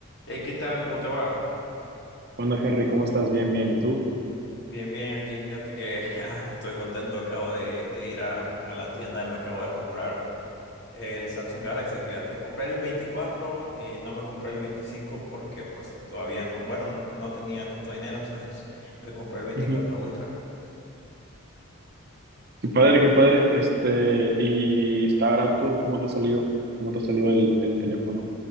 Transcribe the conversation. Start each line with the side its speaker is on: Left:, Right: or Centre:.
Left: Hey, ¿qué tal? ¿Cómo te va?
Right: Hola Henry, ¿cómo estás? Bien, bien. ¿Y tú?
Left: Bien, bien, aquí fíjate que <laughs> ah, estoy contento, acabo de, de ir a, a la tienda y me acabo de comprar el Samsung Galaxy, fíjate, compré el 24 y no me compré el 25 porque pues todavía no, bueno, no, no tenía tanto dinero, o sea, es- me compré el 24
Right: Ujú.
Left: Ultra.
Right: Qué padre, qué padre. Este, y está barato. ¿Cómo te ha salido? ¿Cómo te ha salido el, el teléfono?